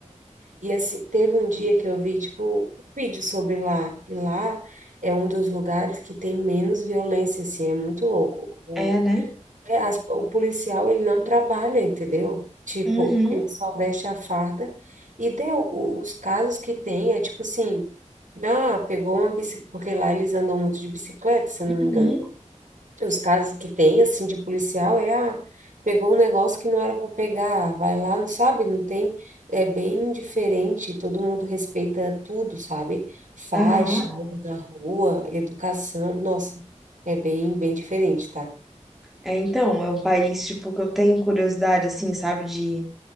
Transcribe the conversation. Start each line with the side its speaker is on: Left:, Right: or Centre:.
Right: E assim, teve um dia que eu vi, tipo, um vídeo sobre lá, e lá é um dos lugares que tem menos violência, assim, é muito louco.
Centre: É, né?
Right: É, as- o policial, ele não trabalha, entendeu? Tipo,
Centre: Uhum,
Right: ele só veste a farda e deu o- os casos que tem, é tipo assim, ah, pegou uma bicicleta, porque lá eles andam muito de bicicleta, se eu
Centre: uhum,
Right: não me engano. Os casos que tem, assim, de policial é, ah, pegou um negócio que não era para pegar, vai lá, não sabe, não tem, é bem diferente, todo mundo respeita tudo, sabe? Faixa,
Centre: aham.
Right: anda na rua, educação, nossa, é bem, bem diferente, tá?
Centre: É, então, é um país, tipo, que eu tenho curiosidade, assim, sabe, de...